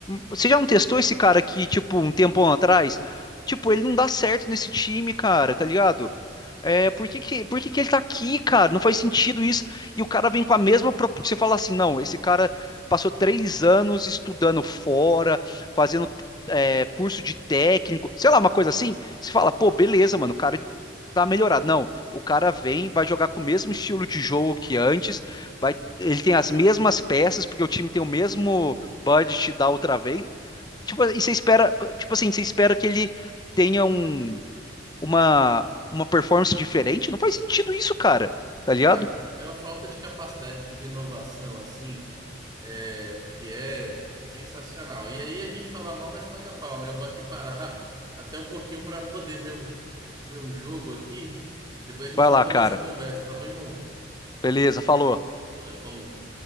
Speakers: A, on the left; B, on the right.
A: você já não testou esse cara aqui, tipo, um tempão atrás? Tipo, ele não dá certo nesse time, cara, tá ligado? É, por que que, por que que ele tá aqui, cara? Não faz sentido isso. E o cara vem com a mesma. pro- Você fala assim, não, esse cara passou três anos estudando fora, fazendo é, curso de técnico, sei lá, uma coisa assim. Você fala, pô, beleza, mano, o cara tá melhorado. Não, o cara vem, vai jogar com o mesmo estilo de jogo que antes, vai, ele tem as mesmas peças, porque o time tem o mesmo budget da outra vez. Tipo, e você espera, tipo assim, você espera que ele tenha um uma, uma performance diferente? Não faz sentido isso, cara. Tá ligado?
B: Cara, é uma falta de capacidade de renovação, assim, é, que é sensacional. E aí a gente fala mal, mas paga pau, né? Eu vou aqui parar <laughs> até um pouquinho pra poder ver um, ver um jogo aqui e depois a
A: Vai
B: gente
A: lá,
B: retoma
A: cara.
B: essa conversa, tá bom, irmão?
A: Beleza, falou.
B: Valeu, falou.